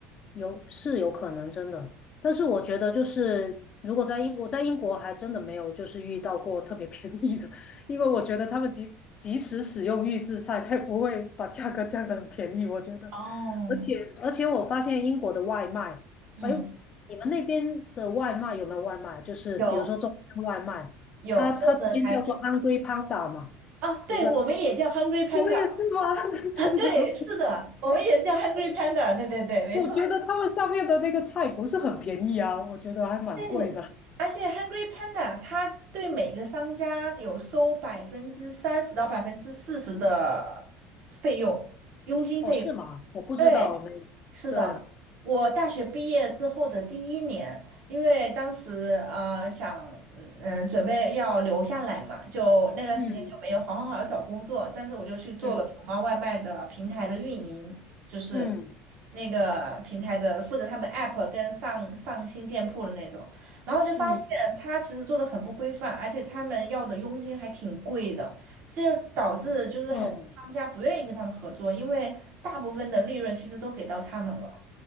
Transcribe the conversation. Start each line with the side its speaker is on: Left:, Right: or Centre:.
Left: 有是有可能真的，但是我觉得就是如果在英我在英国还真的没有就是遇到过特别便宜的，<laughs> 因为我觉得他们即即使使用预制菜，他也不会把价格降得很便宜，我觉得。
Right: 哦，
Left: 而且而且我发现英国的外卖，
Right: 嗯，
Left: 哎，你们那边的外卖有没有外卖？就是比如说中餐外卖，
Right: 有有，
Left: 它它这边叫做
Right: 或者还非
Left: Hungry Panda 嘛，
Right: 啊，对，
Left: 一个
Right: 我们也叫 Hungry Panda。
Left: 你们也是吗？<laughs> 真的。
Right: 啊，对，是的，我们也叫 Hungry Panda，对对对，没错。
Left: 我觉得他们上面的那个菜不是很便宜啊，我觉得还蛮贵的。
Right: 对，而且 Hungry Panda 它对每个商家有收百分之三十到百分之四十的费用，佣金费用。
Left: 哦，是吗？我不知道，
Right: 对，
Left: 我没，
Right: 是的，
Left: 对，
Right: 我大学毕业之后的第一年，因为当时呃想嗯嗯准备要留下来嘛，就那段时间就没有好好好地找工作，
Left: 嗯
Right: 但是我就去做了熊猫外卖的平台的运营，
Left: 嗯
Right: 就是
Left: 嗯
Right: 那个平台的负责他们 app 跟上上新店铺的那种，然后就发现他其实做的很不规范，
Left: 嗯
Right: 而且他们要的佣金还挺贵的，这就导致就是很多商家不愿意跟他们合作，
Left: 嗯，
Right: 因为大部分的利润其实都给到他们了。